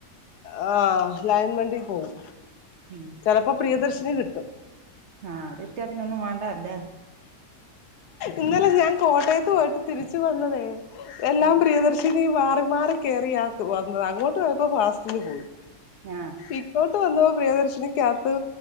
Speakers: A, on the left; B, on the right.
A: ആഹ് ലയിൻ വണ്ടീ പോവും
B: ഉം
A: ചെലപ്പോ പ്രിയദർശിനി കിട്ടും
B: ആഹ് അത് കിട്ട്യാ പിന്നെ ഒന്നും മാണ്ടാ അല്ലേ
A: ഇന്നലെ ഞാൻ കോട്ടെയെത്ത് പോയിട്ട് തിരിച്ച് വന്നതേ എല്ലാം
B: ഉം
A: പ്രിയദർശിനി മാറി മാറി കേറിയാ വന്നത് അങ്ങോട്ട് പോയപ്പോ ഫാസ്റ്റിന് പോയി
B: ആ
A: ഇങ്ങോട്ട് വന്നപ്പം പ്രിയദർശിനിക്കാത്ത്